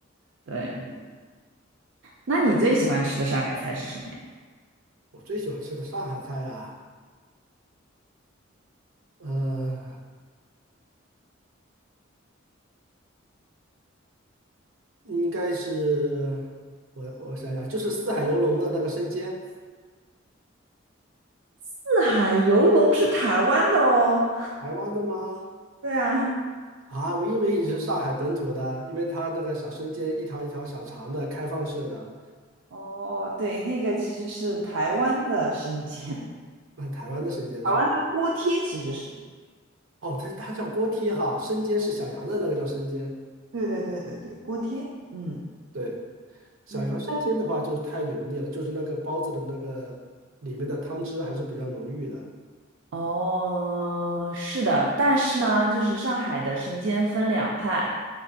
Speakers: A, on the right (about 65°); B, on the right (about 90°).
A: 对，
B: 嗯。
A: 那你最喜欢吃的上海菜是什么呀？
B: 我最喜欢吃的上海菜啊，呃，应该是我我想想，就是四海游龙的那个生煎，
A: 四海游龙是台湾的哦。
B: 台湾的吗？
A: 对啊。
B: 啊，我以为你是上海本土的，因为它那个小生煎一条一条小长的开放式的，
A: 哦，对，那个其实是台湾的生煎，
B: 那台湾的生煎是吧？
A: 台湾的锅贴其实是，
B: 哦，它它叫锅贴哈，生煎是小羊的那个叫生煎，
A: 对对对对对，锅贴，嗯
B: 对，小羊生煎的话就是太油腻了，
A: 嗯，但
B: 就是那个包子的那个里面的汤汁还是比较浓郁的，
A: 哦，是的，但是呢，就是上海的生煎分两派，